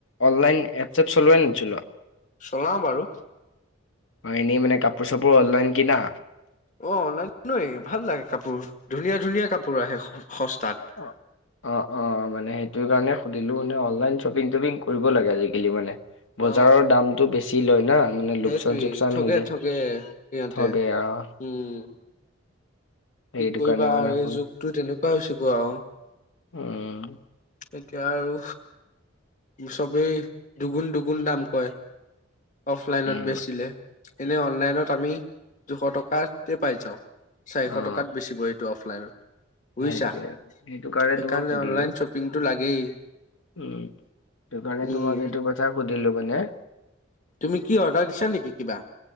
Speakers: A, on the left; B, on the left.
A: অনলাইন এপছ এপ চলোৱা নে নছলোৱা
B: চলাও বাৰু
A: অ এনেই মানে কাপোৰ চাপোৰ অনলাইন কিনা
B: অ অনলাইন নৈয় ভাল লাগে কাপোৰ ধুনীয়া ধুনীয়া কাপোৰ আহে সস্তাত
A: অ, অ', অ', মানে সেইটো কাৰণে সুধিলো মানে অনলাইন শ্বপিং তটপিং কৰিব লাগে আজিকালি মানে বজাৰৰ
B: অ
A: দামটো বেছি লয় না মানে
B: সেইটোৱে
A: লোকচান চোকচান
B: ঠগে
A: হৈ যায়
B: ঠগে সিহঁতে
A: ঠগে আহ
B: উম কি
A: এইটো
B: কৰিবা
A: কাৰণে মানে
B: আৰু যুগটো তেনেকুৱা হৈছে গ আৰু
A: উম
B: এতিয়া আৰু চবেই দুগুণ দুগুণ দাম কয়। অফলাইনত
A: উম।
B: বেচিলে এনেই অনলাইনত আমি দুশ টকাতে পাই যাওঁ চাৰিশ
A: অ',
B: টকাত বেচিব অফলাইনত বুজিছা
A: সেইটোৱে সেইটো কাৰণে
B: সেইকাৰণে
A: তোমাক সুধিলো
B: অনলাইন শ্বপিংটো লাগেই
A: উম সেই কাৰণে
B: উম
A: তোমাক এইটো কথা সুধিলো মানে
B: তুমি কি অৰ্ডাৰ দিছা নেকি কিবা?